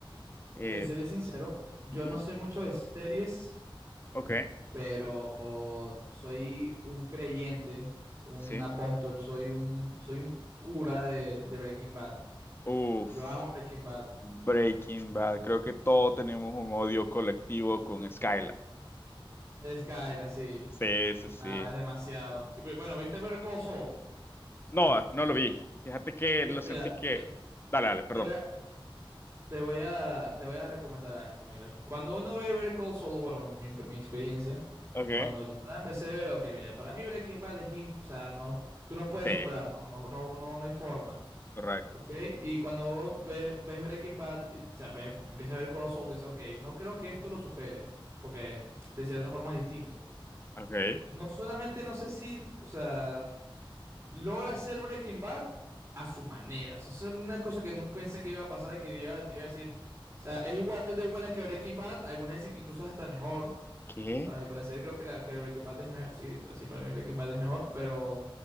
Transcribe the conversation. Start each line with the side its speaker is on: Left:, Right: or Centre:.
Left: Eh,
Right: Te seré sincero, yo
Left: ujú,
Right: no soy mucho de series.
Left: Ok,
Right: pero soy un creyente, un
Left: sí.
Right: apóstol, soy un, soy un cura de, de Breaking Bad.
Left: Uf,
Right: Yo amo Breaking Bad.
Left: Breaking Bad. Creo que todos tenemos un odio colectivo con Skylar.
Right: Skyler, así.
Left: Sí, sí, sí.
Right: Ah, es demasiado. Y bueno, ¿viste Better Call Saul?
Left: No, no lo vi. Fíjate que
Right: Yo,
Left: lo
Right: mira,
Left: sentí que.
Right: yo-
Left: Dale, dale, perdón.
Right: te voy a, te voy a, te voy a recomendar a esto, mira. Cuando uno ve Better Call Saul, bueno, mi, mi experiencia,
Left: Ok.
Right: cuando yo la empecé a ver, ok, mira, para mí Breaking Bad es, im- o sea, no, tú no puedes
Left: Sí,
Right: superarlo, no, no, no, no hay forma.
Left: correcto.
Right: Ok, y cuando vos ve- ves Breaking Bad, pi- o sea, ves- empiezas a ver Cold Salt y dices, ok, no creo que esto lo supere, porque de cierta forma es distinto.
Left: Ok.
Right: No solamente no sé si, o sea, logra hacer Breaking Bad a su manera. O sea, eso es una cosa que no pensé que iba a pasar y que iba- te iba a decir, o sea, es igual de buena que Breaking Bad, algunas dicen que incluso es hasta mejor.
Left: ¿Qué?
Right: Para mi parecer, creo que, la, que Breaking Bad es mejor. Sí, lo- sí, para mí Breaking Bad es mejor, pero